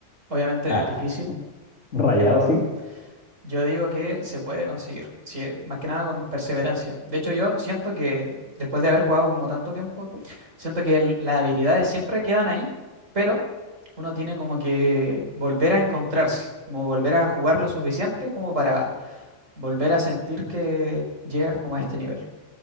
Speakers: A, on the right; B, on the left.
A: Obviamente
B: Ah,
A: es difícil,
B: rayado,
A: pero
B: sí.
A: yo digo que se puede conseguir, si es- más que nada con perseverancia. De hecho, yo siento que después de haber jugado como tanto tiempo, siento que el- las habilidades siempre quedan ahí, pero uno tiene como que volver a encontrarse, como volver a jugar lo suficiente como para volver a sentir que llegas como a este nivel.